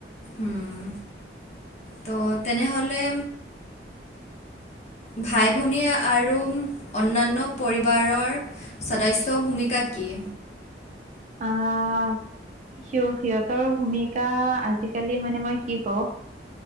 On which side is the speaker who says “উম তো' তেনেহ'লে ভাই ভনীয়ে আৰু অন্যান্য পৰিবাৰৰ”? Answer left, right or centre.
Left